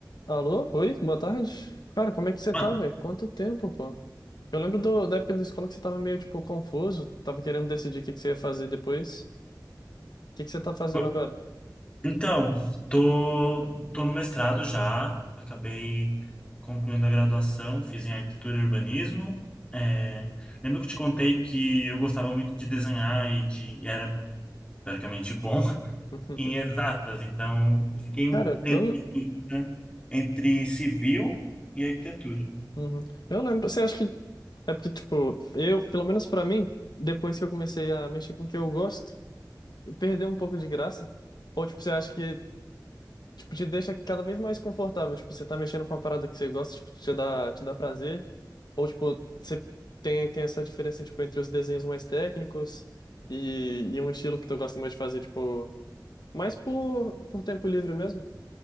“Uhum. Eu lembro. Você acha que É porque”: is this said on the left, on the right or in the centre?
Left